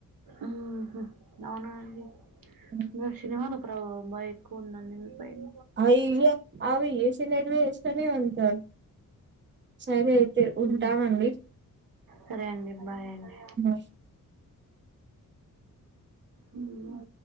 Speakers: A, on the right; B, on the right.
A: ఉహు అవునా అండి
B: గ్యాప్
A: ఇవాళ శనివారం ప్రాబ బైక్ ఉంది అండీ మీ పైన
B: ఆ ఈ వ అవి ఇవి ఏసి లేటివి ఏస్కోని ఉంటారు సరే అయితే ఉంటాను
A: మ్మ్.
B: అండీ
A: సరే అండి బాయ్ అండి
B: ఆ
A: ఎమ్మో